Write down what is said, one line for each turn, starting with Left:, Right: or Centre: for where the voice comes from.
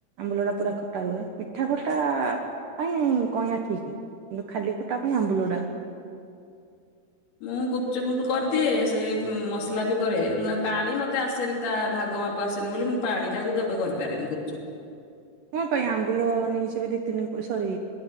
Right: ଆମ୍ବୁଲ ଟା ପୁରା ଖଟା ରୁହେ ମିଠା ଖଟା ପାଇଁ କଇଁଆ ଠିକ। କିନ୍ତୁ ଖାଲି ଖଟା ପାଇଁ ଆମ୍ୱୁଲ ଟା।
Left: ମୁଁ ଗୁପଚୁପୁ କରିଦିଏ ସେଇ ମସଲା ବି କରେ ପାଣି ମତେ ଆସେନି ତା ଭାଗ ମାପ ସେନି ବୋଲି ମୁଁ ପାଣି ଟାକୁ କେବେ କରିପାରେନି ଗୁପଚୁପ ରେ।
Right: କଣ ପାଇଁ ଆମ୍ବୁଲ ନେଇଯିବି ଦି ତିନି ସରି